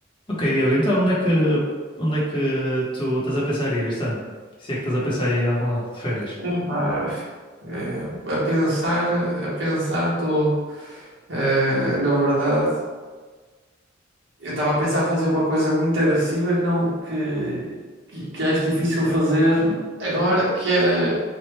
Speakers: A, on the left (about 25°); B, on the right (about 65°).
A: Ok, Diogo, então onde é que, onde é que tu estás a pensar ir este ano? Se é que estás a pensar ir a algum lado de férias?
B: Epá, eh, a pensar, a pensar estou, eh, na verdade, eu estava a pensar fazer uma coisa muito agressiva que não que, que, que acho difícil fazer agora, que era